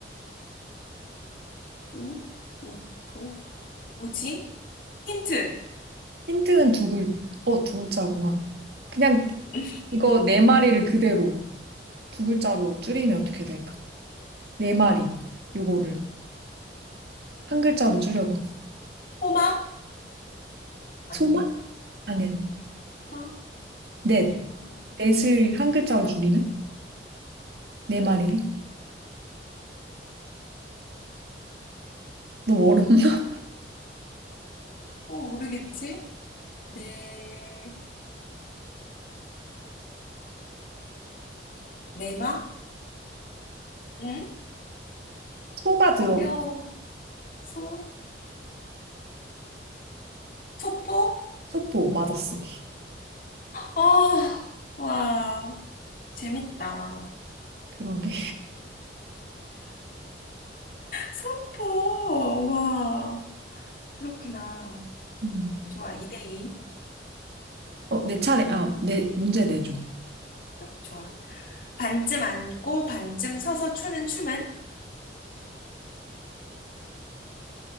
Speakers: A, on the left; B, on the right.
A: 우, 우, 포, 뭐지? 힌트.
B: 힌트는 두 글, 어, 두 글자구나. 그냥
A: <laughs>
B: 이거 네 마리를 그대로 두 글자로 줄이면 어떻게 될까? 네 마리, 요거를 한 글자로 줄여봐.
A: 포마? 아닌데.
B: 소만? 아니, 아니.
A: 포마?
B: 넷.
A: 음,
B: 넷을
A: 네.
B: 한 글자로
A: 네.
B: 줄이면? 네 마리를? 너무 어렵나? <laughs>
A: 어, 모르겠지? 네, 내마? 응?
B: 소가 들어가.
A: 어려워. 소? 소포?
B: 소포, 맞았어.
A: 어, <gasps> 와. 재밌다.
B: 그러게.
A: 소포, 와, 그렇구나.
B: 음.
A: 좋아, 2대2.
B: 어, 내 차례. 아, 내, 문제 내줘.
A: 좋아. 반쯤 앉고 반쯤 서서 추는 춤은?